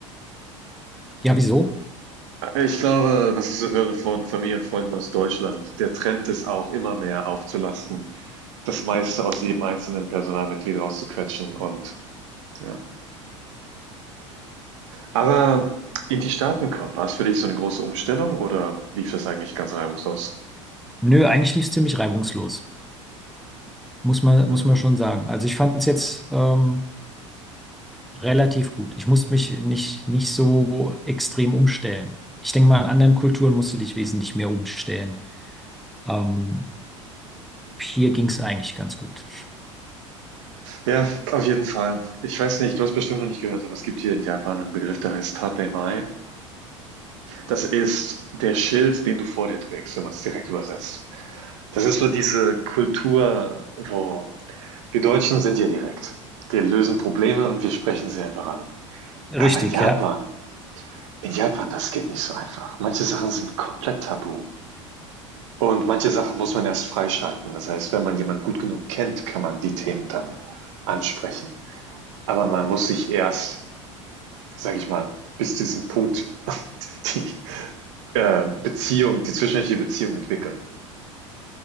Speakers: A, in the centre; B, on the right (about 65°).
A: Ja, wieso?
B: Ich glaube, was ich so höre von Familie und Freunden aus Deutschland, der Trend ist auch immer mehr aufzulasten, das meiste aus jedem einzelnen Personalmitglied rauszuquetschen und ja. Aber in die Staaten kommen, war es für dich so eine große Umstellung oder lief das eigentlich ganz reibungslos?
A: Nö, eigentlich lief es ziemlich reibungslos, muss man,
B: Hm.
A: muss man schon sagen. Also ich fand es jetzt ähm, relativ gut. Ich musste mich nicht, nicht so extrem umstellen. Ich denke mal, in anderen Kulturen musst du dich wesentlich mehr umstellen. Ähm, hier ging es eigentlich ganz gut.
B: Ja, auf jeden Fall. Ich weiß nicht, du hast bestimmt noch nicht gehört, aber es gibt hier in Japan einen Begriff, der heißt Tatemae. Das ist der Schild, den du vor dir trägst, wenn man es direkt übersetzt. Das ist so diese Kultur, wo Wir Deutschen sind ja direkt. Wir lösen Probleme und wir sprechen sie einfach an.
A: Richtig,
B: Aber in Japan,
A: ja.
B: in Japan, das geht nicht so einfach. Manche Sachen sind komplett tabu. Und manche Sachen muss man erst freischalten. Das heißt, wenn man jemanden gut genug kennt, kann man die Themen dann ansprechen. Aber man muss sich erst, sage ich mal, bis zu diesem Punkt <laughs> die äh, Beziehung, die zwischenmenschliche Beziehung entwickeln.